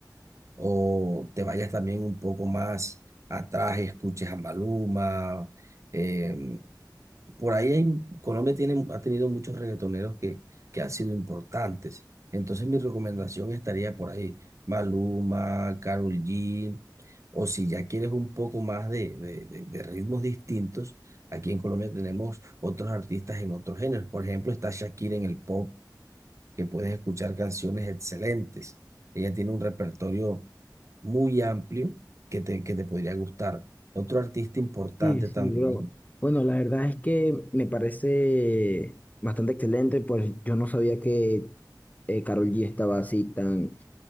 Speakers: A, on the right (about 40°); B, on the left (about 20°).
A: O te vayas también un poco más atrás, escuches a Maluma, eh, por ahí hay- Colombia tiene, ha tenido muchos reggaetoneros que, que han sido importantes. Entonces mi recomendación estaría por ahí, Maluma, Karol G, o si ya quieres un poco más de, de- de- de ritmos distintos, aquí en Colombia tenemos otros artistas en otros géneros. Por ejemplo, está Shakira en el pop, que puedes escuchar canciones excelentes. Ella tiene un repertorio muy amplio que te, que te podría gustar. Otro artista importante
B: Sí, sí,
A: también
B: bro. Bueno, la verdad es que me parece bastante excelente, pues yo no sabía que eh, Karol G estaba así tan,